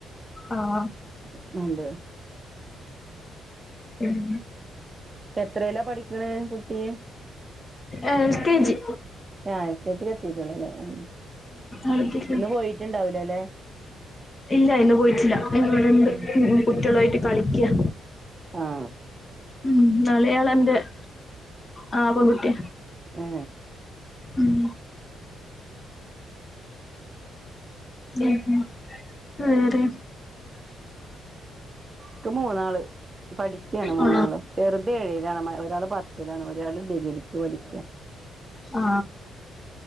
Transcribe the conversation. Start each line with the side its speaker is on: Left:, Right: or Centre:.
Left: ആഹ്
Right: നണ്ട് <inaudible>
Left: ഉം
Right: എത്രേലാ പഠിക്കണ് കുട്ടി
Left: എൽ കെ ജി
Right: ഞാ എൽ കെ ജിൽ എത്തിട്ടെള്ളുലെ മ് മ്
Left: അടുപ്പിച്ച്
Right: ന്ന് പോയിട്ടുണ്ടാവൂല അല്ലെ
Left: ഇല്ല ഇന്ന് പോയിട്ടില്ല ന്ന് വ്ട ണ്ട്
Right: ഉം
Left: കുട്ട്യളുആയ്ട്ട് <inaudible> കളിക്ക്യ.
Right: ആ
Left: <unintelligible> ആഹാ പെൺകുട്ടിയ.
Right: ഏ
Left: ഉം ഉം ഉം അതാരാ?
Right: ക്ക് മൂന്നാള് പഠിക്കാണ് മൂന്നാള്,
Left: ആ
Right: ചെറുത് ഏഴിലാണ് മ ഒരാള് പത്തിലാണ് ഒരാള് ഡിഗ്രി. ക്ക്‌ പഠിക്ക്യ
Left: ആ